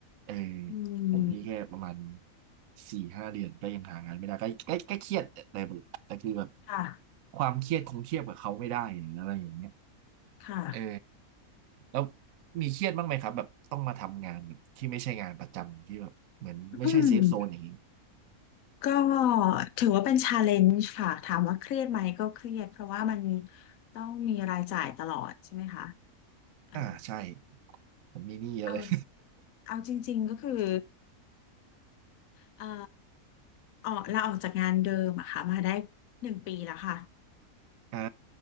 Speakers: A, on the right (about 70°); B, on the left (about 70°).
A: เออ
B: อืม
A: ผมนี่แค่ประมาณสี่ห้าเดือนก็ยังหางานไม่ได้ก็ก็ก็เครียดแต่แบบแต่คือแบบ
B: ค่ะ
A: ความเครียดคงเทียบกับเขาไม่ได้หรืออะไรอย่างเงี้ย
B: ค่ะ
A: เออแล้วมีเครียดบ้างไหมครับแบบต้องมาทำงานแบบที่ไม่ใช่งานประจำที่แบบเหมือนไม่ใช่เซฟโซนอย่างนี้
B: อืมก็ถือว่าเป็นชาเลนจ์ค่ะ ถามว่าเครียดไหมก็เครียด เพราะว่ามันต้องมีรายจ่ายตลอดใช่ไหมคะ เอ่อ
A: อ่าใช่ผมมีหนี้เยอะเลย
B: เอาเอาจริงๆก็คือเอ่อออกาออกจากงานเดิมอะค่ะมาได้หนึ่งปีแล้วค่ะ
A: <laughs> อ่า